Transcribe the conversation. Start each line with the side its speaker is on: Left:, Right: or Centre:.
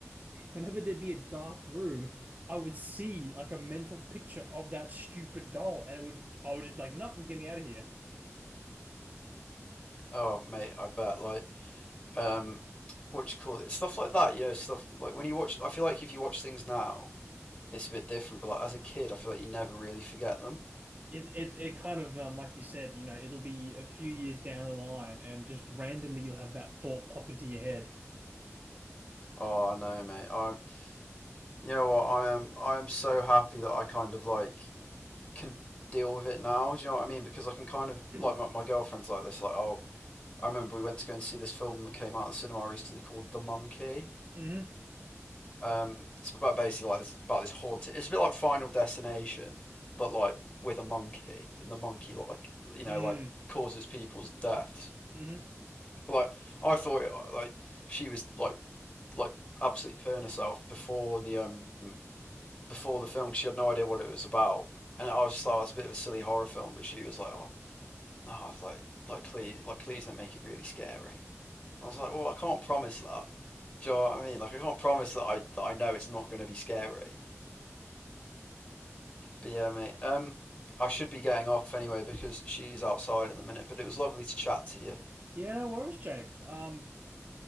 Right: <laughs> whenever there'd be a dark room, I would see like a mental picture of that stupid doll, and it would I would just be like, "No, I'm getting out of here."
Left: Oh, mate, I bet like um, what you call it, stuff like that. You know, stuff like when you watch, I feel like if you watch things now, it's a bit different, but like as a kid, I feel like you never really forget them.
Right: It it it kind of um, like you said, you know, it'll be a few years down the line, and just randomly you'll have that thought pop into your head.
Left: Oh, I know, mate. I You know what? I am I am so happy that I kind of like can deal with it now. Do you know what I mean? Because I can kind of
Right: <clears throat>
Left: like my, my girlfriend's like this. Like, oh, I remember we went to go and see this film that came out at the cinema recently called The Monkey.
Right: hmm
Left: Um, it's about basically like this about this haunted. It's a bit like Final Destination, but like with a monkey, and the monkey like you
Right: Mm.
Left: know like causes people's deaths.
Right: hmm
Left: But like I thought like she was like like absolutely purring herself before the um before the film because she had no idea what it was about, and I was just like, oh, it's a bit of a silly horror film. But she was like, oh no, I've like like please like please don't make it really scary. And I was like, well, I can't promise that. Do you know what I mean? Like, I can't promise that I that I know it's not going to be scary. But yeah, mate. Um, I should be getting off anyway because she's outside at the minute. But it was lovely to chat to you.
Right: Yeah, no worries, Jake. Um,